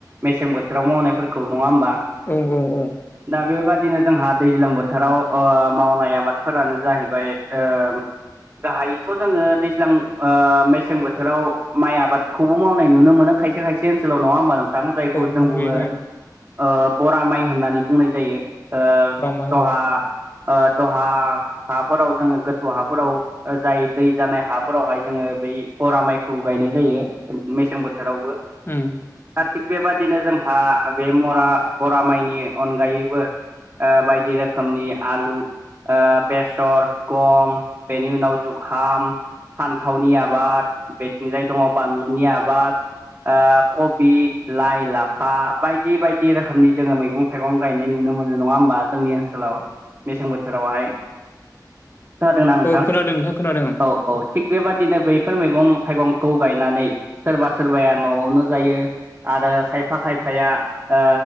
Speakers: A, on the right; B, on the left.
A: मेसें बोथोराव मावनायफोरखौ नङा होमबा
B: औ-औ-औ
A: दा बेबादिनो जोंहा दैज्लां बोथोराव ओ मावनाय आबादफोरानो जाहैबाय ओ गाहायैथ' जोङो दैज्लां ओ मेसें बोथोराव माइ आबादखौबो मावनाय नुनो मोनो खायसे खाय से ओनसोलाव नङा होमबा नोंथां जायखौ
B: औ
A: जों बुङो
B: नुयो नुयो
A: ओ बरा माइ होननानै बुंनाय जायो ओ
B: रामाय
A: दहा
B: औ
A: ओ दहा हाफोराव जोङो गोथौ हाफोराव जाय दै जानाय हाफोरावहाय जोङो बै बरा माइखौ गायनाय जायो मेसें बोथोरावबो
B: उम
A: दा थिग बेबादिनो जोंहा बे मरा बरा माइनि अनगायैबो ओ बायदि रोखोमनि आलु ओ बेसर गम बेनि उनाव जुखाम फान्थावनि आबाद बेथिंजाय दङ बानलुनि आबाद ओ कबि लाइ लाफा बायदि बायदि रोखोमनि जोङो मैगं थाइगं गायनाय नुनो मोनो नङा होमबा जोंनि ओनसोलाव मेसें बोथोरावहाय खोनादोंना नोंथां
B: औ खोनादों नोंथां खोनादों
A: औ औ थिग बेबादिनो बैफोर मैगं थाइगंखौ गायनानै सोरबा सोरबाया न'आवनो जायो आरो खायफा खायफाया ओ